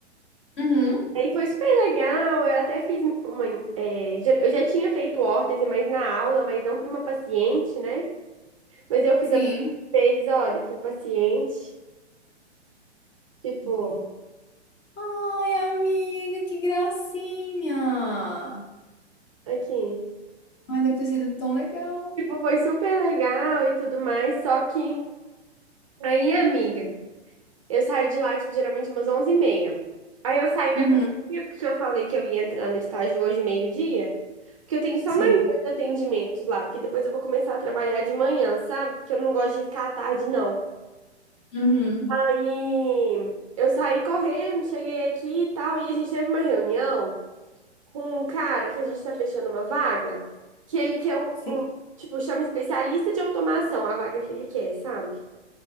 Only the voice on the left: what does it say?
Uhum,
sim.
Deixa eu ver. Ai, amiga, que gracinha!
Ai, deve ter sido tão legal.
Uhum,
sim.
Uhum,
Sim.